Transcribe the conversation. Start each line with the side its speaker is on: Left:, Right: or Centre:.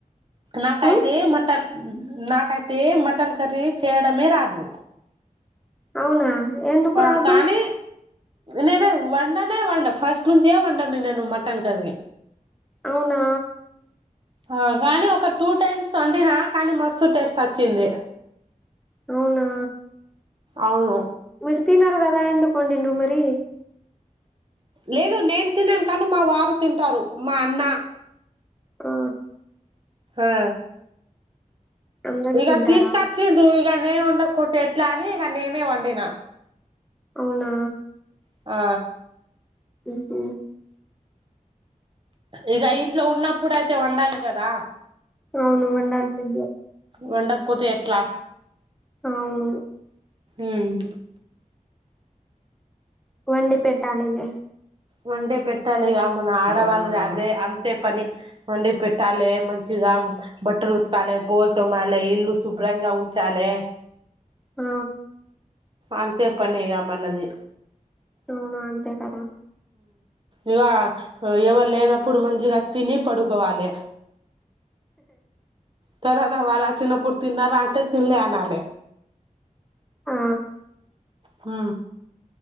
Right: నాకయితే
Centre: మ్మ్
Right: మటన్ ఉమ్ నాకైతే మటన్ కర్రీ చేయడమే రాదు
Centre: అవునా ఎందుకు
Right: ఆ
Centre: రాదు
Right: కానీ నేను వండనే వండ ఫస్ట్ నుంచే వండను నేను మటన్ కర్రీ
Centre: అవునా
Right: ఆ గాని ఒక టూ టైమ్స్ వండినా కానీ మస్తు టేస్ట్ వచ్చింది
Centre: అవునా
Right: అవును
Centre: మీరు తినరు కదా ఎందుకు వండిన్రు మరి
Right: లేదు నేను తిన్నాను కాను మా వారు తింటారు మా అన్న
Centre: ఆ
Right: ఆ
Centre: అందరూ
Right: ఇగ
Centre: తింటారా
Right: తీస్కట్చండు ఇక నేను ఉండకపోతే ఎట్లా అని ఇక నేనే వండినా
Centre: అవునా
Right: ఆ
Centre: ఉహ
Right: ఇక ఇంట్లో ఉన్నప్పుడు అయితే వండాలి కదా
Centre: అవును వండాల్సిందే
Right: వండకపోతే ఎట్లా
Centre: అవును
Right: ఉమ్
Centre: వండి పెట్టాలిలే
Right: వండి పెట్టాలి ఇక మన ఆడవాళ్ళది అదే అంతే పని వండి పెట్టాలి మంచి ఇ బట్టలు ఉతుకాలి పోల్తో మళే ఇల్లు శుభ్రంగా ఉంచాలి
Centre: ఆ
Right: అంతే పనేగామన్నది
Centre: అవును అంతే కదా
Right: ఇక ఎవరు లేనప్పుడు మంచిగా తిని పడుకోవాలి త అద వాాల చిిన పూర్ తన్న రా అటే తలే అనాల
Centre: ఆ
Right: హ